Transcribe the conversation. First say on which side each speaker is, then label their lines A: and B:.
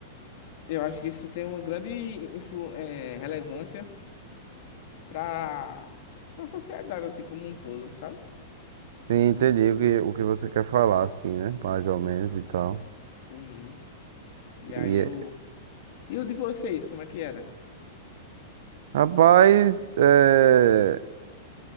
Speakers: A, on the left; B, on the right.
A: Eu acho que isso tem uma grande influ- eh, relevância para para a sociedade, assim, como um todo, sabe?
B: Sim, entendi o que, o que você quer falar, assim, né? Mais ou menos e tal.
A: Uhum. E
B: E,
A: aí eu.
B: é-
A: E o de vocês, como é que era?
B: rapaz, é,